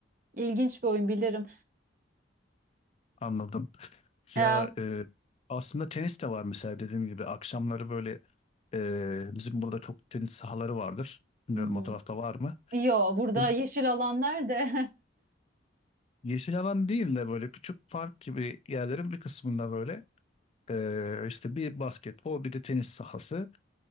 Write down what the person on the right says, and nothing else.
İlginç bir oyun bilirim.
Ee, hı
hı.
Yo burada
yeşil alan nerede?